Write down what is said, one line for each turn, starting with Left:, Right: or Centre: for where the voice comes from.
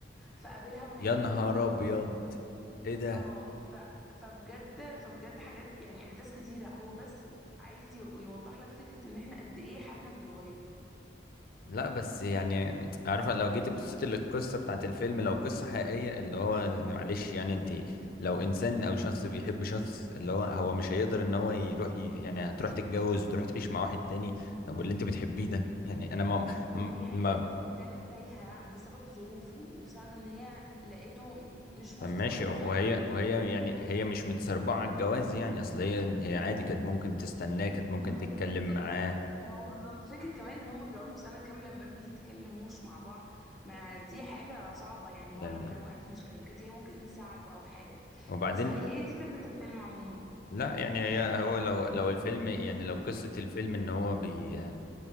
Centre: فقابلها وهي
Left: يا
Centre: متجوزة
Left: نهار ابيض ايه ده
Centre: اه ف... فبجد فبجد حاجات يعني احداث كتيرة هو بس عايز ي- يوضح لك فكرة ان احنا قد ايه حالنا بيتغير
Left: لا بس يعني عارفه لو جيت بصيت للقصه بتاعت الفيلم لو قصه حقيقيه اللي هو يعني معلش يعني انت لو انسان او شخص بيحب شخص اللي هو هو مش هيقدر ان هو يروح ي... يعني هتروح تتجوز وتروح تعيش مع واحد تاني طب واللي انت بتحبيه ده يعني انا ما
Centre: ما مم. هي
Left: ما
Centre: هي برضو كانت تايهة بسبب ظروفه وبسبب ان هي لقيته م- مش مستقر
Left: طب ماشي وهي
Centre: في حياته
Left: وهي
Centre: فاهمني
Left: يعني هي مش متسربعة على الجواز يعني اصل هي هي عادي كانت ممكن تستناه كانت ممكن
Centre: ما
Left: تتكلم
Centre: هو بالظبط
Left: معاه
Centre: ما هو بالظبط فكرة كمان ان هم بيقعدوا سنة كاملة ما بيتكلموش مع بعض ما دي حاجة صعبة يعني هو
Left: يعني
Centre: لو كان واقع في مشكلة كانت هي ممكن تساعده او حاجة
Left: وبعدين
Centre: بس هي دي فكرة الفيلم عموما
Left: لا يعني هي هو لو لو الفيلم يعني لو قصة الفيلم ان هو بي